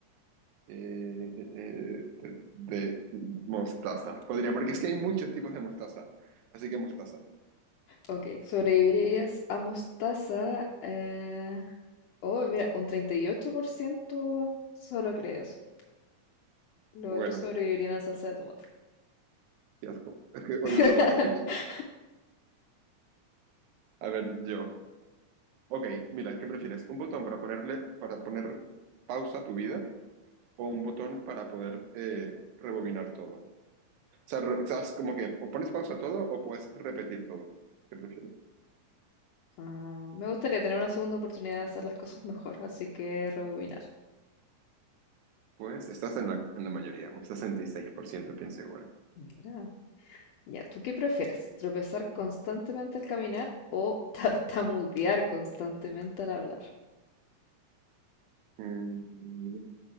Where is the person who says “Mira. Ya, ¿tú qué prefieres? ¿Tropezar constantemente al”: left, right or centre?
Left